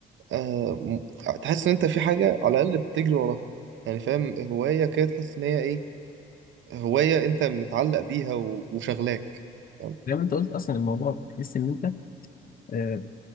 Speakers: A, on the right (about 70°); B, on the left (about 45°).
A: آه م... تحس إن أنت في حاجة على الأقل بتجري وراها يعني فاهم هواية كده تحس إن هي إيه هواية أنت متعلق بيها و... وشغلاك فاهم
B: زي ما انت قلت اصلا الموضوع بتحس ان انت آه،